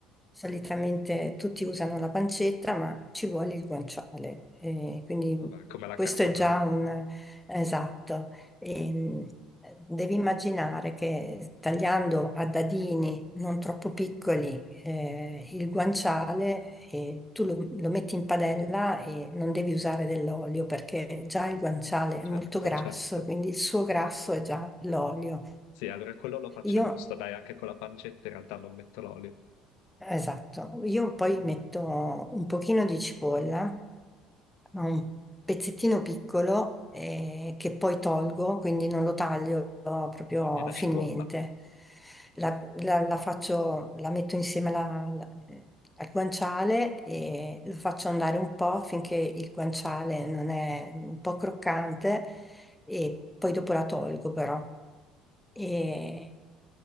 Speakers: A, in the centre; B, on the left.
A: solitamente tutti usano la pancetta, ma ci vuole il guanciale. eh, quindi
B: Vabbè, come la
A: questo
B: carbonara.
A: è già un, esatto, e, eh, devi immaginare che tagliando a dadini non troppo piccoli eh, il guanciale, eh, tu lo, lo metti in padella e non devi usare dell'olio perché già il guanciale
B: Certo,
A: è molto grasso,
B: certo.
A: quindi il suo grasso è già l'olio.
B: Sì, allora quello lo faccio
A: Io,
B: giusto, dai, anche con la pancetta in realtà non metto l'olio.
A: esatto, io poi metto un pochino di cipolla ma un pezzettino piccolo eh, che poi tolgo, quindi non lo taglio proprio
B: Togli la
A: finemente.
B: cipolla.
A: La, la- la faccio, la metto insieme alla- alla- al guanciale e lo faccio andare un po' finché il guanciale non è un po' croccante e poi dopo la tolgo però. E